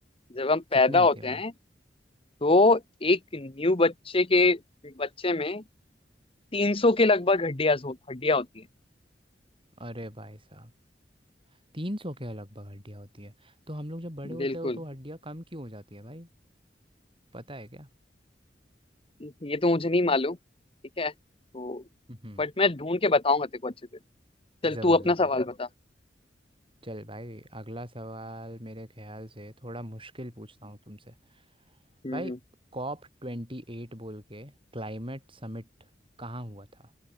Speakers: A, on the left; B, on the right.
A: जब हम पैदा
B: कितने होते
A: होते
B: हैं भाई
A: हैं तो एक न्यू बच्चे के बच्चे में 300 के लगभग हड्डियां हो, हड्डियां होती
B: अरे भाई साहब तीन सौ के लगभग हड्डियाँ होती है तो हम लोग जब बड़े
A: हैं
B: होते
A: बिल्कुल
B: हो तो हड्डियाँ कम क्यों हो जाती है भाई पता है क्या
A: ये तो मुझे नहीं मालूम ठीक है तो
B: हम्म
A: बट मैं ढूंढ के बताऊंगा तेरे को अच्छे से चल
B: ज़रूर
A: तू अपना
B: ज़रूर
A: सवाल
B: ज़रूर
A: बता
B: चल भाई अगला सवाल मेरे ख्याल से थोड़ा मुश्किल पूछता हूँ तुमसे
A: हम्म
B: भाई कॉप ट्वेंटी एट बोल के क्लाइमेट समिट कहाँ हुआ था